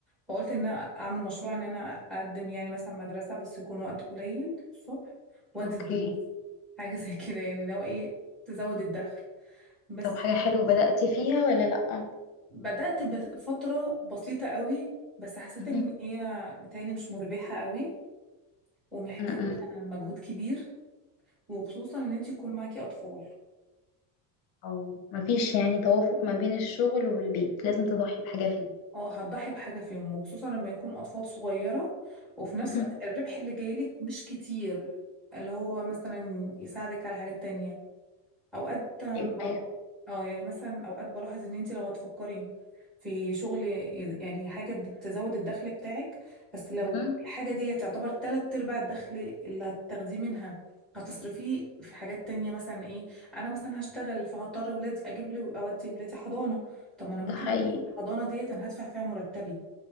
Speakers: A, in the centre; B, on the left (about 50°).
A: فقلت ان انا اعمل مشروع ان انا اقدم يعني مثلا مدرسه بس يكون وقت قليل الصبح وادي
B: اوكي
A: دروس حاجه <laughs> زي كده يعني لو ايه تزود الدخل بس
B: طب حاجة حلوة بدأت فيها ولا لأ
A: بدات بفتره بسيطه قوي بس حسيت
B: امم
A: ان هي بتالي مش مربحه قوي ومحتاجه
B: امم
A: مجهود كبير وخصوصا ان انت يكون معاكي اطفال
B: او مفيش يعني توافق ما بين الشغل والبيت لازم تضحي بحاجة فيه
A: اه هتضحي بحاجة فيهم وخصوصا لما يكون أطفال صغيرة وفي نفس
B: مهم.
A: الوقت الربح اللي جايلك مش كتير اللي هو مثلا يساعدك على حاجات تانية اوقات بل-
B: ايوه أيوة.
A: اه يعني مثلا اوقات بلاحظ ان انت لو هتفكري في شغل يز- يعني حاجة تزود الدخل بتاعك بس لو
B: مهم.
A: الحاجة دي تعتبر تلات ارباع الدخل اللي هتاخديه منها هتصرفيه في حاجات تانية مثلا ايه انا مثلا هشتغل فهضطر اولادي اجيب لي اودي اولادي حضانة طب ما انا
B: ده
A: ممكن
B: حقيقي
A: يكون الحضانة ديت انا هدفع فيها مرتبي